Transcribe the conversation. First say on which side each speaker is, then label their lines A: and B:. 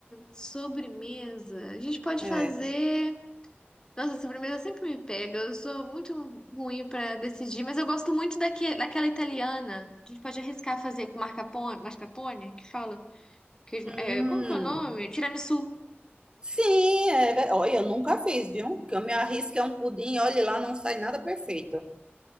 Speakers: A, on the left; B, on the right.
A: sobremesa. A gente pode
B: É.
A: fazer. Nossa, sobremesa sempre me pega. Eu sou muito ruim para decidir, mas eu gosto muito daque, daquela italiana. A gente pode arriscar fazer com mascarpone, mascarpone, que fala? Que,
B: Hum.
A: é, como que é o nome? Tiramisu.
B: Sim, é, ver- olha, eu nunca fiz, viu? Que eu me arrisco é um pudim, olha lá, não sai nada perfeito.